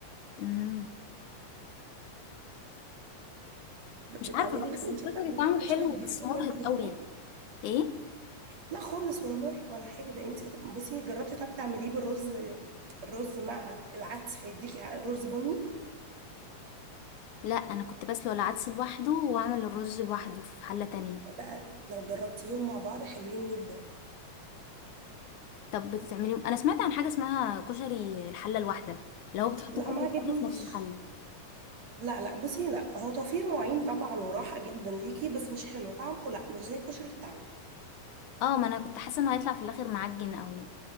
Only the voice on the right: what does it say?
ب-
بتعملي
الك- وانت
بتعملي
الكشري
بتضيفي
له
ماده دهنيه
لا خالص ولا مرهق ولا حاجه ده انت بصي جربتي طب تعمليه بالرز الرز مع العدس فيديكي ع- رز بني
ده لو جربتيهم مع بعض حلوين جدا
لا
ما عجبنيش
لا لا بصي لا هو توفير مواعين طبعا وراحة جدا ليكي بس مش حلو طعمه لا مش زي الكشري بتاعنا